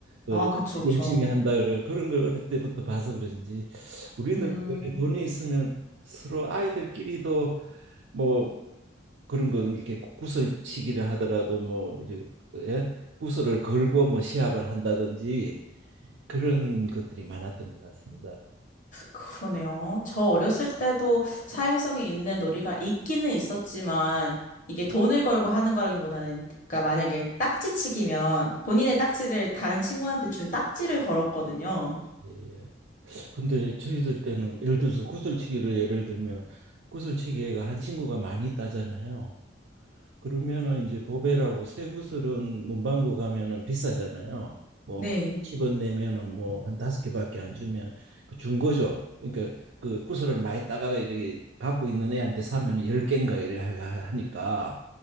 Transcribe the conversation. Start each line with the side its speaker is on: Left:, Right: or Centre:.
Right: 어,
Left: 아, 그쵸, 그쵸.
Right: 열심히 한다 그래 그런 걸 어릴 때부터 봐서 그런지 우리들
Left: 음.
Right: 돈이 있으면 서로 아이들끼리도 뭐 그런 거 이렇게 구- 슬치기를 하더라도 뭐 이제 예? 구슬을 걸고 뭐 시합을 한다든지 그런 것들이 많았던 것 같습니다.
Left: 그러네요. 저 어렸을 때도 사행성이 있는 놀이가 있기는 있었지만, 이게 돈을 걸고 하는 거라기보다는, 그러니까 만약에 딱지치기면 본인의 딱지를 다른 친구한테 준 딱지를 걸었거든요.
Right: 예. 예. 근데 저희들 때는 예를 들어서 구슬치기를 예를 들면 구슬치기가 한 친구가 많이 따잖아요. 그러면은 이제 보배라고 쇠구슬은 문방구 가면은 비싸잖아요. 뭐
Left: 네.
Right: 10원 내면은 뭐 한 다섯 개밖에 안 주면 그 중고죠. 그러니까 그 구슬을 많이 따가가 이렇게 갖고 있는 애한테 사면은 열개인가 이래 하- 하니까